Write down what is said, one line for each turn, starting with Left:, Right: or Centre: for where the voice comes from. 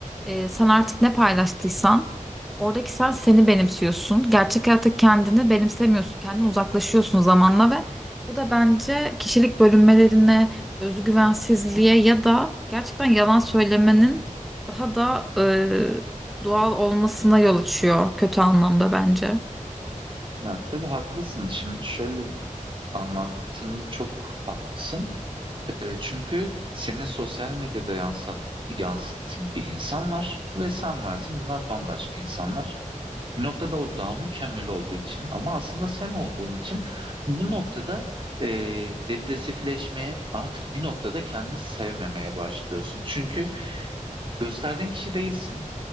Centre: e, sen artık ne paylaştıysan oradaki sen seni benimsiyorsun. Gerçek hayatta kendini benimsemiyorsun. Kendini uzaklaşıyorsun zamanla ve bu da bence kişilik bölünmelerine, özgüvensizliğe ya da gerçekten yalan söylemenin daha da e, doğal olmasına yol açıyor kötü anlamda bence.
Right: Ya, tabii haklısın. Şimdi şöyle anlattığında çok haklısın. E, çünkü senin sosyal medyada yansıt, yansıttığın bir insan var ve sen varsın. Bunlar bambaşka insanlar. Bir noktada o daha mükemmel olduğu için ama aslında sen olduğun için bu noktada e, depresifleşmeye artık bir noktada kendini sevmemeye başlıyorsun. Çünkü gösterdiğin kişi değilsin.